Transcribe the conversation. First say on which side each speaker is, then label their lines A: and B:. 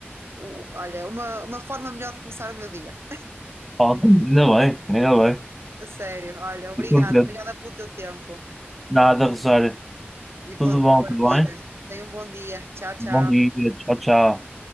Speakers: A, on the right (about 75°); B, in the centre.
A: um- olha, uma, uma forma melhor de começar o meu dia.
B: falta- ainda bem, ainda bem.
A: A sério, olha, obrigada,
B: Fico contente.
A: obrigada pelo teu tempo
B: Nada, Rosário.
A: e pela
B: Tudo
A: tua
B: bom,
A: partilha.
B: tudo bem?
A: Tenha um bom dia. Tchau, tchau.
B: Bom dia, tchau, tchau.